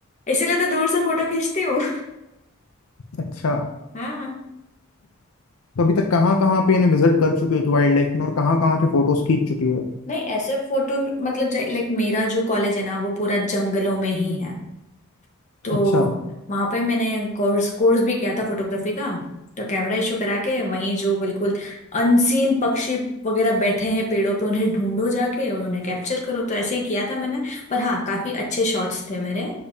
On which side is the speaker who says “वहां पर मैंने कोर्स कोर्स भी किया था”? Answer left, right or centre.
Left